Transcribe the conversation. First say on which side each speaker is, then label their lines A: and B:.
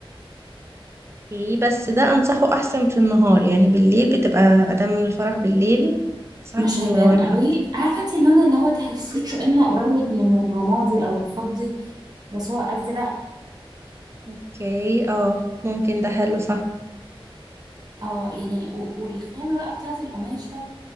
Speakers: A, on the right; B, on the right.
A: ايه بس ده انصحه احسن في النهار يعني بالليل بتبقى ادام الفرح بالليل صحك
B: مش
A: الغوامق
B: هيبان قوي
A: اكتر
B: عارفه انت اللون اللي هو تحسيه كانه قريب من الرمادي او الفضي بس هو ازرق
A: اوكي اه ممكن ده حلو صح
B: اه يعني و- والخامه بقى بتاعه القماشه